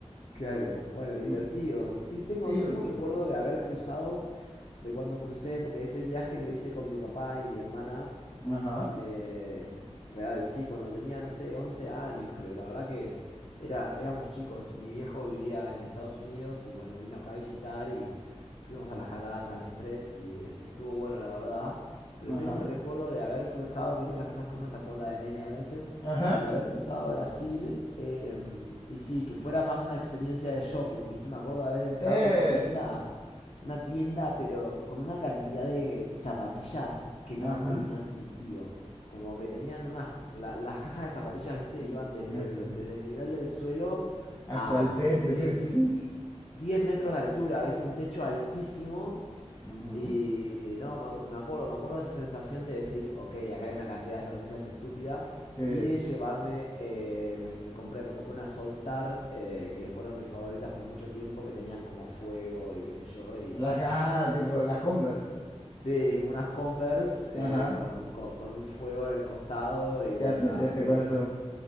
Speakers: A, on the left; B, on the left.
A: Claro, bueno, divertido.
B: Ujú.
A: Sí, tengo,
B: Sí,
A: tengo
B: loco.
A: un recuerdo de haber cruzado, de cuando crucé, porque ese viaje lo hice con mi papá y mi hermana.
B: Ajá,
A: Eh, real, sí, cuando tenía, no sé, 11 años creo. La verdad que era, éramos chicos. Mi viejo vivía en Estados Unidos y bueno, vino acá a visitar y fuimos a las cataratas los tres y es- estuvo bueno, la verdad. Pero
B: ajá,
A: tengo el recuerdo de haber cruzado, viste esas cosas que uno se acuerda de nene a veces,
B: ajá,
A: de haber cruzado Brasil eh, y sí, que fuera más una experiencia de shopping, viste, me acuerdo de haber entrado
B: eso,
A: a una tienda una tienda, pero con una cantidad de, de zapatillas que
B: ajá,
A: no tenían sentido. Como que tenían unas... la- las cajas de zapatillas, viste, iban desde
B: ajá.
A: el, desde el nivel del suelo
B: Hasta
A: a,
B: el techo,
A: no sé,
B: sí, sí, sí.
A: 10 metros de altura, viste, un techo altísimo
B: Ujú,
A: y no, me, ac- me acuerdo, me acuerdo de esa sensación de decir, ok, acá hay una cantidad de zapatillas estúpida,
B: Sí,
A: y de llevarme, eh, me, me compré, me compré una Solstar, eh, que fueron mis favoritas por mucho tiempo, que tenían como fuego y qué sé yo, y
B: las, ajá,
A: nada.
B: tipo las Converse,
A: Sí, como unas Converse, eh,
B: ajá.
A: con, co- con un fuego en el costado, y
B: Ya
A: bueno,
B: sé,
A: nada,
B: ya
A: fue,
B: sé cuáles son.